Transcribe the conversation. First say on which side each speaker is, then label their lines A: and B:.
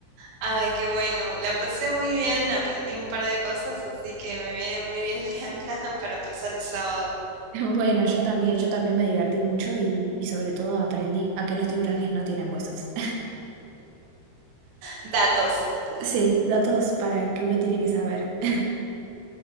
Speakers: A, on the right (about 85°); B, on the right (about 70°).
A: Ay, qué bueno. La pasé muy bien, aprendí un par de cosas, así que me viene muy bien, <laughs> Bianca, para pasar el sábado.
B: Bueno, yo también, yo también me divertí mucho y, y sobre todo aprendí a que los tiburones no tienen huesos.
A: Datos.
B: Sí, datos para que uno tiene que saber. <laughs>